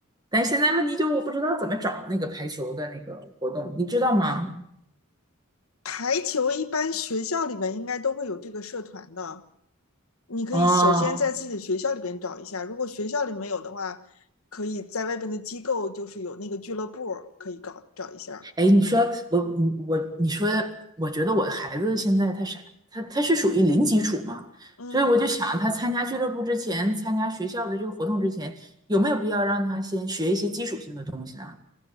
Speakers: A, on the right; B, on the left.
A: 但现在问题就是我不知道怎么找那个排球的那个活动，你知道吗？
B: 排球一般学校里面应该都会有这个社团的。你可以首先在自己的学校里边找一下，
A: 哦，
B: 如果学校里没有的话，可以在外边的机构，就是有那个俱乐部可以搞找一下。
A: 哎，你说我我你说，我觉得我孩子现在他啥，他他是属于零基础嘛，
B: 嗯，
A: 所以我就想他参加俱乐部之前，参加学校的这个活动之前，有没有必要让他先学一些基础性的东西呢？